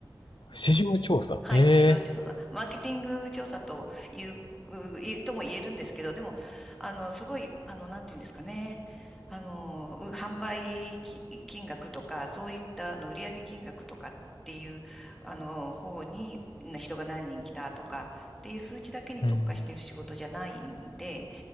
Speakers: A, on the left; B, in the centre.
A: 市場調査。
B: はい。
A: へえ。
B: 市場調査さん。マーケティング調査という、ういとも言えるんですけど、でも、あの、すごい、あの、なんていうんですかね。あの、う販売き金額とか、そういったあの売上金額とかっていう、あの、方に、な人が何人来たとかっていう数値だけに特化している仕事じゃないんで、
A: うん。